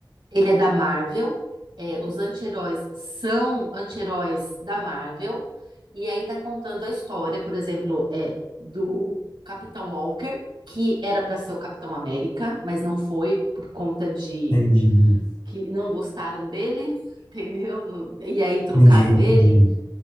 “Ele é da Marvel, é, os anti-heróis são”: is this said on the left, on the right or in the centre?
Right